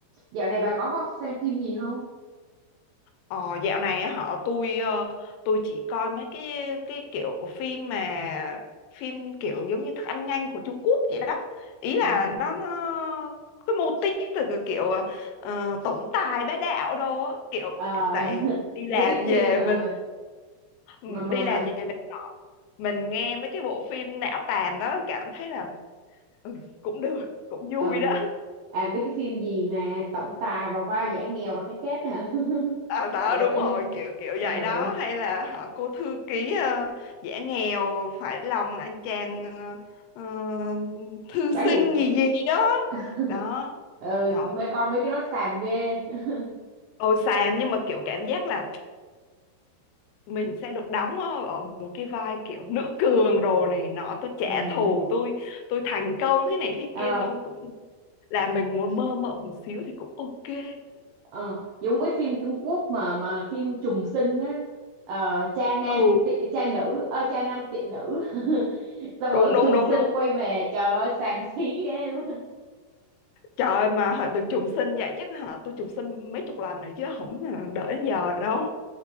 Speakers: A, on the right (about 80°); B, on the left (about 85°).
A: dạo này bà có, có xem phim gì không
B: Ờ, dạo này á, họ tôi ờ, tôi chỉ coi mấy cái cái kiểu phim mà phim kiểu giống như thức ăn nhanh của Trung Quốc vậy đó ý là
A: À,
B: nó nó cái mô típ từ cái kiểu ờ, tổng tài bá đạo đồ á, kiểu
A: Ờ,
B: tại
A: <laughs>
B: đi làm
A: mấy cái phim
B: về
A: mà
B: mình ừ,
A: mà mà
B: đi
A: mà
B: làm về mình nói- mình nghe mấy cái bộ phim não tàn đó cảm thấy là ừ, cũng được cũng vui
A: ờ,
B: đó
A: à mấy cái phim gì mà tổng tài vào vai giả nghèo và cái kết hả <laughs>
B: À, đó
A: kiểu
B: đúng
A: vậy ha.
B: rồi kiểu kiểu
A: Ờ.
B: vậy đó hay là họ cô thư ký ờ, giả nghèo phải lòng anh chàng ờ, ờ, thư
A: bán
B: sinh
A: hủ
B: gì gì đó
A: <laughs>
B: đó
A: ừ
B: trời
A: mấy coi mấy cái đó xàm ghê <laughs>
B: ôi xàm nhưng mà kiểu cảm giác là mình sẽ được đóng ở ở một cái vai kiểu nữ cường đồ này nọ tôi trả
A: ừ
B: thù tôi tôi thành công thế này thế
A: ờ
B: kia thôi cũng là mình muốn mơ mộng một xíu thì cũng ok
A: ờ giống cái phim Trung Quốc mà mà phim trùng sinh á ờ, cha nam
B: ừ
A: tị, cha nữ ơ cha nam tiện nữ <laughs> xong
B: đúng
A: rồi
B: đúng
A: trùng
B: đúng
A: sinh
B: đúng
A: quay về trời ơi xàm xí ghê luôn
B: Trời ơi, mà họ được trùng sinh vậy chắc hả tôi trùng sinh mấy chục lần rồi chứ không đợi đến giờ đâu